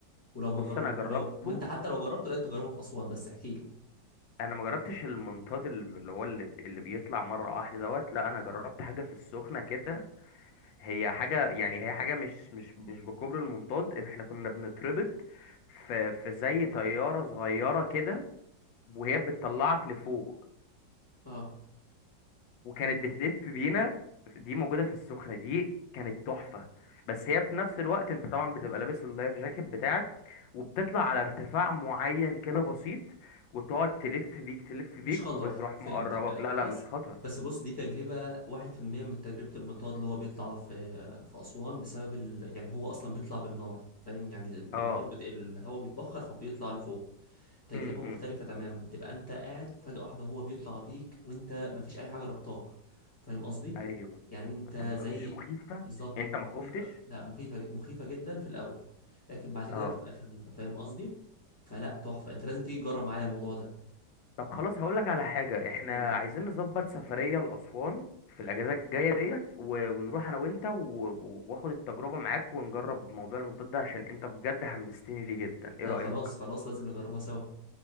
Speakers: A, on the left; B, on the left.
A: ولو ما
B: بص
A: جربت
B: أنا جربته
A: ولو وأنت حتى لو جربته لا أنت جربه في أسوان بس احكي لي
B: أنا ما جربتش المنطاد اللي هو اللي, اللي بيطلع مرة واحدة دوت لا أنا
A: آه
B: جربت حاجة في السخنة كده هي حاجة يعني هي حاجة مش مش مش بكوبري المنطاد إن إحنا كنا بنتربط في في زي طيارة صغيرة كده وهي بتطلعك لفوق
A: آه
B: وكانت بتلف بينا دي موجودة في السخنة دي كانت تحفة بس هي في نفس الوقت انت طبعا بتبقى لابس اللايف جاكيت بتاعك وبتطلع على ارتفاع معين كده بسيط وتقعد تلف بيك تلف بيك
A: مش خطر
B: وبتروح
A: فهمتك
B: مقربك
A: أيوة.
B: لا لا
A: بس
B: مش خطر
A: بس بص دي تجربة واحد في المية من تجربة المنطاد اللي هو بيطلع في في أسوان بسبب ال... يعني هو أصلا بيطلع بالنار فاهم يعني النار
B: اه
A: بت... الهواء بيتبخر فبيطلع لفوق تجربة
B: امم
A: مختلفة تماما تبقى أنت قاعد فجأة واحدة هو بيطلع بيك وأنت مفيش أي حاجة ربطاك فاهم قصدي؟
B: ايوه
A: يعني أنت زي
B: طب مش مخيفة
A: بالظبط
B: انت ما
A: مخيفة
B: خفتش
A: لا مخيفة مخيفة جدا في الأول لكن بعد كده
B: اه
A: بتبقى خفيفة فاهم قصدي؟ فلا تحفة أنت لازم تيجي تجرب معايا الموضوع ده
B: طب خلاص هقول لك على حاجة احنا
A: قول لي
B: عايزين نظبط سفرية لأسوان في الأجازة الجاية ديت و- ونروح أنا وأنت و- و- وآخد التجربة معاك ونجرب موضوع المنطاد ده عشان أنت بجد حمستني ليه جدا إيه
A: لا
B: رأيك؟
A: خلاص خلاص لازم نجربها سوا